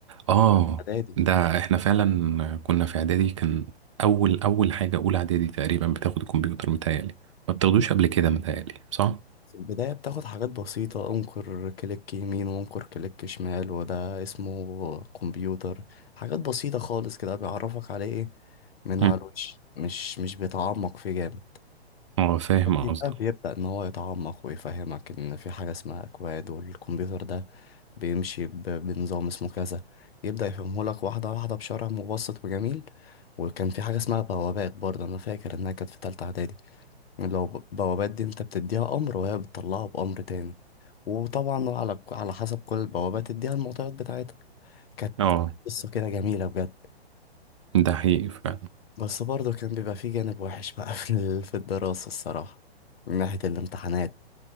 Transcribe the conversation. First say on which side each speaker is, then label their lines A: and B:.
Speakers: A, on the right; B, on the left.
A: اه
B: إعدادي
A: ده احنا فعلا كنا في اعدادي كان اول اول حاجة اولى اعدادي تقريبا بتاخد الكمبيوتر متهيألي ما بتاخدوش قبل كده متهيألي صح؟
B: في البداية بتاخد حاجات بسيطة انقر كليك يمين وانقر كليك شمال وده اسمه كمبيوتر حاجات بسيطة خالص كده بيعرفك عليه ايه من
A: مم.
B: على الوش مش مش بيتعمق فيه جامد
A: اه فاهم
B: يبقى
A: قصدك
B: بيبدأ ان هو يتعمق ويفهمك ان في حاجة اسمها اكواد والكمبيوتر ده بيمشي ب- بنظام اسمه كذا يبدأ يفهمهولك واحدة واحدة بشرح مبسط وجميل وكان في حاجة اسمها بوابات برضه انا فاكر انها كانت في تالتة اعدادي لو ب- بوابات دي انت بتديها امر وهي بتطلعه بامر تاني وطبعا على على حسب كل البوابات تديها المعطيات بتاعتها كانت
A: اه
B: قصة كده جميلة بجد
A: ده حقيقي فعلا
B: بس برضه كان بيبقى فيه جانب وحش بقى <laughs> في ال- في الدراسة الصراحة من ناحية الامتحانات